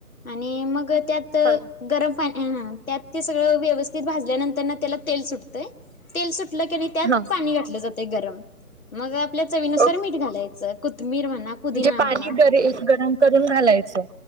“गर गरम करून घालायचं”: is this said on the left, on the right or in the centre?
Right